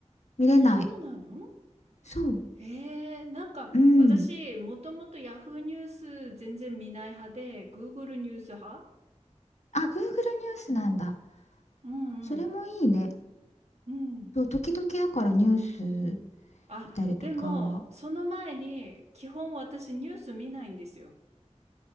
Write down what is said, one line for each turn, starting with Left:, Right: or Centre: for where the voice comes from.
Left: 見れない。
Right: そうなの
Left: そう。
Right: えー、なんか私、
Left: うん。
Right: もともとヤフーニュース全然見ない派で、Google ニュース派
Left: あ、Google ニュースなんだ。
Right: うんうん。
Left: それもいいね。
Right: うん。
Left: そう、時々だからニュース
Right: あ、
Left: 見たりとか。
Right: でも、その前に、基本私ニュース見ないんですよ。